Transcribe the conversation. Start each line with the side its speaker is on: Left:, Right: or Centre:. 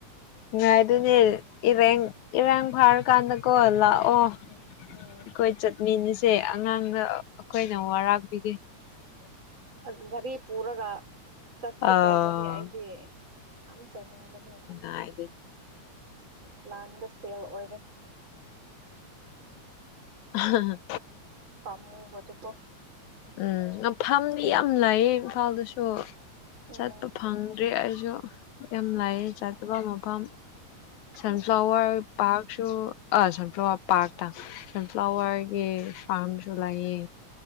Left: ꯉꯥꯏ ꯑꯗꯨꯅꯦ ꯏꯔꯦꯡ ꯏꯔꯥꯡ ꯐꯥꯔꯀꯥꯟꯗꯀꯣ ꯂꯥꯛꯑꯣ
Right: ꯎꯝ ꯎꯝ
Left: ꯑꯩꯈꯣꯏ ꯆꯠꯃꯤꯅꯁꯦ ꯑꯉꯥꯡꯔ ꯑꯩꯈꯣꯏꯅ ꯋꯥꯔꯥꯛꯄꯤꯒꯦ
Right: ꯑꯁ ꯒꯔꯤ ꯄꯨꯔꯒ ꯆꯠꯀꯦ
Left: ꯑꯥ
Right: ꯇꯧꯕꯅꯦ ꯑꯩꯗꯤ ꯌꯥꯝ ꯆꯅꯤꯡꯕꯅꯦ ꯑꯗꯨꯝ
Left: ꯑꯗꯤ
Right: ꯄ꯭ꯂꯥꯟꯗꯣ ꯐꯦꯜ ꯑꯣꯏꯔꯦ
Left: ꯎꯝ
Right: ꯄꯥꯝꯃꯨꯕꯗꯨꯀꯣ
Left: ꯎꯝ ꯃꯐꯝꯗꯤ ꯌꯥꯝ ꯂꯩꯌꯦ ꯏꯝꯐꯥꯜꯗꯁꯨ
Right: ꯎꯝ
Left: ꯆꯠꯄ ꯐꯪꯗ꯭ꯔꯦ ꯑꯩꯁꯨ ꯌꯥꯝ
Right: ꯎꯝ
Left: ꯂꯥꯏꯌꯦ ꯆꯠꯇꯕ ꯃꯐꯝ ꯁꯟꯐ꯭ꯂꯥꯋꯔ
Right: ꯎꯝ
Left: ꯄꯥꯔꯛꯁꯨ ꯑꯥ ꯁꯟꯐ꯭ꯂꯥꯋꯔ ꯄꯥꯔꯛꯇ ꯁꯟꯐ꯭ꯂꯥꯋꯔꯒꯤ ꯐꯥꯔꯝꯁꯨ ꯂꯩꯌꯦ